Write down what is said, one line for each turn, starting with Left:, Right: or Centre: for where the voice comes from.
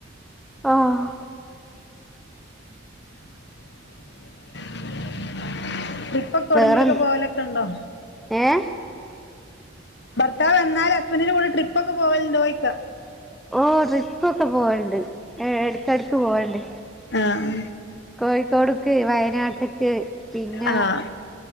Centre: ആഹ്
Left: <unintelligible> ട്രിപ്പൊക്കെ എവിടെങ്കിലൊക്കെ
Centre: വേറെ
Left: പോവലൊക്കെ ഉണ്ടോ?
Centre: ഏഹ്
Left: ഭർത്താവ് വന്നാൽ ഹസ്ബന്റിന്റെ കൂടെ ട്രിപ്പൊക്കെ പോവലുണ്ടോയ്ക്ക
Centre: ഓഹ് ട്രിപ്പൊക്കെ പോവണ്ട് ഇടക്കടക്ക് പോവാണ്ട്
Left: ആഹ്
Centre: കോഴിക്കോട്ക്ക് വയനാട് ട്ട്ക്ക് പിന്ന
Left: ആഹ്